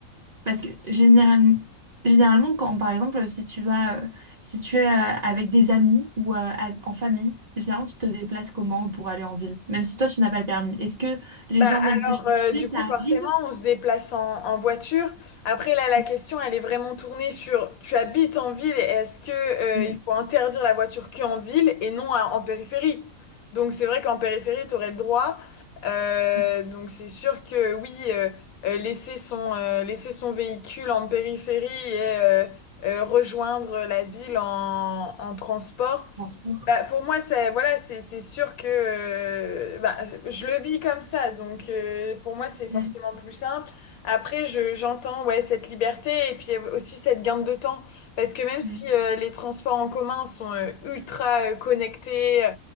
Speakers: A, on the right; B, on the left.
A: Parce que généralement, généralement quand, par exemple, si tu vas, euh, si tu es euh, avec des amis ou euh, a- en famille, généralement, tu te déplaces comment pour aller en ville, même si toi, tu n'as pas le permis. Est-ce que les
B: Bah
A: gens viennent te
B: alors
A: chercher?
B: euh, du coup
A: Ça
B: forcément
A: arrive?
B: on se déplace en, en voiture. Après là la
A: Mm,
B: question elle est vraiment tournée sur tu habites en ville et est-ce que euh,
A: mm,
B: il faut interdire la voiture qu'en ville et non à- en périphérie. Donc c'est vrai qu'en périphérie tu aurais le droit. Euh,
A: mm.
B: donc c'est sûr que oui euh, euh, laisser son euh, laisser son véhicule en périphérie et euh, euh, rejoindre la ville en, en transport
A: Transport.
B: bah, pour moi, c'est voilà, c'est c'est sûr que euh, bah, je le vis comme ça, donc euh, pour moi, c'est forcément
A: Mm,
B: plus simple. Après, je j'entends ouais cette liberté et puis euh, aussi cette gain de temps, parce que même si
A: mm,
B: euh, les transports en commun sont euh, ultra euh, connectés, euh,